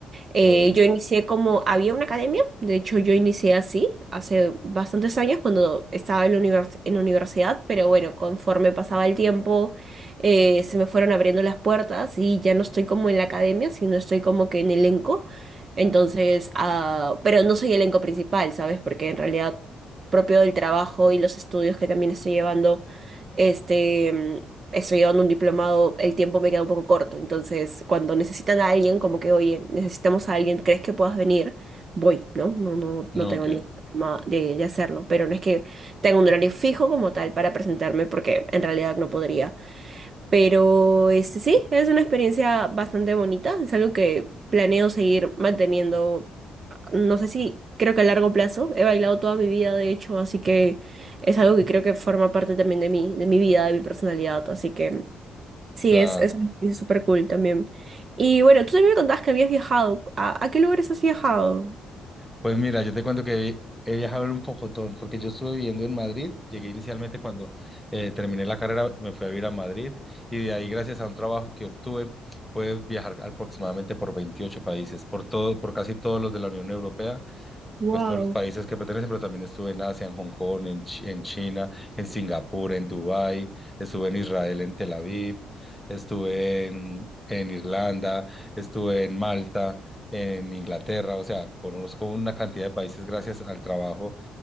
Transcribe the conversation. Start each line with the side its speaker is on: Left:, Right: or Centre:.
Right: Eh,
Centre: Bueno,
Right: yo inicié como, había una academia, de hecho yo inicié así hace bastantes años cuando estaba en la univers- en la universidad, pero bueno, conforme pasaba el tiempo eh, se me fueron abriendo las puertas y ya no estoy como en la academia, sino estoy como que en elenco. Entonces, ah, pero no soy elenco principal, ¿sabes? Porque en realidad propio del trabajo y los estudios que también estoy llevando, este estoy llevando un diplomado, el tiempo me queda un poco corto. Entonces, cuando necesitan a alguien, como que, oye, necesitamos a alguien, ¿crees que puedas venir? Voy, ¿no? No, no,
Centre: no,
Right: no tengo
Centre: que,
Right: ningún problema de, de hacerlo. Pero no es que tenga un horario fijo como tal para presentarme, porque en realidad no podría. Pero este, sí, es una experiencia bastante bonita. Es algo que planeo seguir manteniendo. No sé si. Creo que a largo plazo he bailado toda mi vida, de hecho, así que es algo que creo que forma parte también de mí, de mi vida, de mi personalidad, así que Sí,
Centre: claro.
Right: es, es, es súper cool también. Y bueno, tú también me contabas que habías viajado. ¿A, a qué lugares has viajado?
Centre: Pues mira, yo te cuento que he viajado en un pocotón, porque yo estuve viviendo en Madrid. Llegué inicialmente cuando eh, terminé la carrera, me fui a vivir a Madrid y de ahí, gracias a un trabajo que obtuve, puedes viajar aproximadamente por 28 países, por todo, por casi todos los de la Unión Europea
Right: Wow.
Centre: pues todos los países que pertenecen, pero también estuve en Asia, en Hong Kong, en, Chi- en China, en Singapur, en Dubái, estuve en Israel, en Tel Aviv, estuve en, en Irlanda, estuve en Malta, en Inglaterra, o sea, conozco una cantidad de países gracias al trabajo